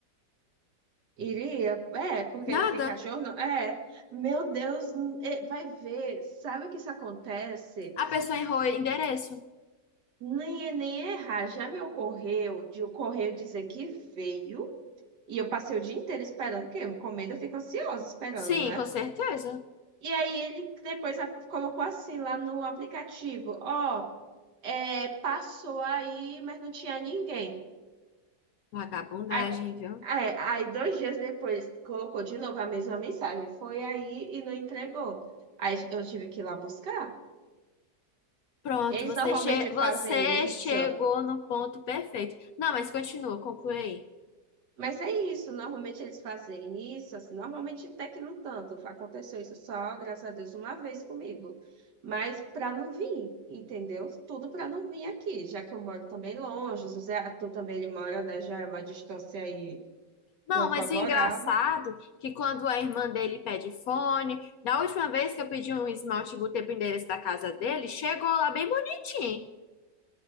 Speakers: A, on the right; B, on the left.
A: Iria, é, porque
B: Nada.
A: ele tem cachorro, não? É. Meu Deus, hum, é, vai ver. Sabe o que isso acontece?
B: A pessoa errou o endereço.
A: Nem, é, nem é errar. Já me ocorreu de o correio dizer que veio e eu passei o dia inteiro esperando, porque eu encomenda, eu fico ansiosa esperando,
B: Sim,
A: né?
B: com certeza.
A: E aí ele depois a- colocou assim lá no aplicativo: Ó, é, passou aí, mas não tinha ninguém.
B: Vagabundagem,
A: Aí,
B: viu?
A: aí, aí dois dias depois colocou de novo a mesma mensagem: Foi aí e não entregou. Aí eu tive que ir lá buscar.
B: Pronto,
A: Eles
B: você,
A: normalmente
B: che
A: fazem
B: você chegou
A: isso.
B: no ponto perfeito. Não, mas continua, conclui aí.
A: Mas é isso, normalmente eles fazem isso, assim, normalmente até que não tanto. Aconteceu isso só, graças a Deus, uma vez comigo. Mas para não vir, entendeu? Tudo para não vir aqui, já que eu moro também longe, o Zé Arthur também ele mora, né? Já é uma distância aí
B: Não,
A: não favorável.
B: mas o engraçado que quando a irmã dele pede fone, da última vez que eu pedi um esmalte botei pro endereço da casa dele, chegou lá bem bonitinho.